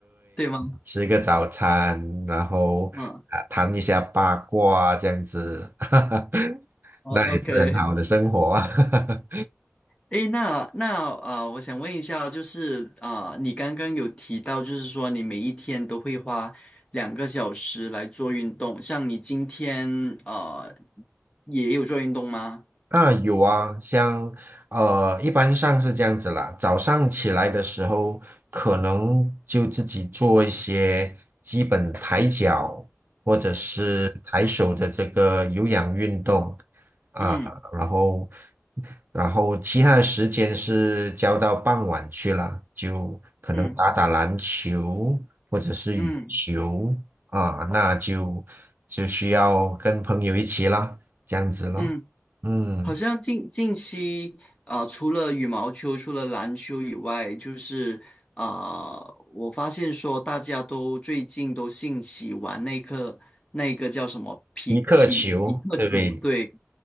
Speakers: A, on the left; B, on the right.
A: 对吗？
B: 吃个早餐，然后啊谈一下八卦啊这样子，
A: 嗯，
B: <laughs>
A: 哦，OK，
B: 那也是很好的生活啊。<laughs>
A: 诶，那那啊、呃我想问一下，就是啊、呃你刚刚有提到，就是说你每一天都会花两个小时来做运动，像你今天呃也有做运动吗？
B: 啊，有啊，像呃，一般上是这样子啦。早上起来的时候，可能就自己做一些基本抬脚或者是抬手的这个有氧运动啊，
A: 嗯
B: 然后然后其他的时间是交到傍晚去了，就可能打打篮球或者是羽球啊，
A: 嗯嗯
B: 那就就需要跟朋友一起啦，这样子咯，
A: 嗯嗯嗯
B: 嗯。
A: 好像近近期，啊，除了羽毛球、除了篮球以外，就是啊，我发现说大家都最近都兴起玩那个那个叫什么匹匹匹克球，
B: 皮克球，对不对？
A: 对，